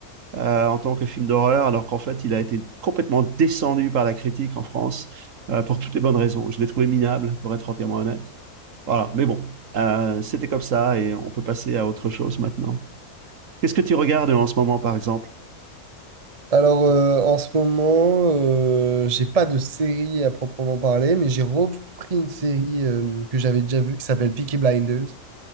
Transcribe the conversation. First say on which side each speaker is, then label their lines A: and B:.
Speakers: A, on the right; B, on the right.
A: euh, en tant que film d'horreur, alors qu'en fait, il a été complètement descendu par la critique en France euh, pour toutes les bonnes raisons. Je l'ai trouvé minable, pour être entièrement honnête. Voilà, mais bon, euh, c'était comme ça et on peut passer à autre chose maintenant. Qu'est-ce que tu regardes en ce moment, par exemple?
B: Alors, euh, en ce moment, euh, j'ai pas de série à proprement parler, mais j'ai repris une série euh, que j'avais déjà vue qui s'appelle Peaky Blinders.